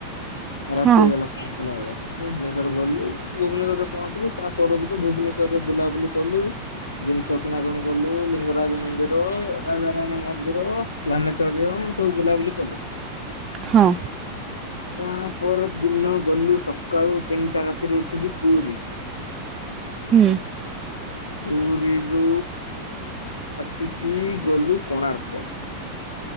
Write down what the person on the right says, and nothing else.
ହଁ
ହଁ।
ହୁଁ।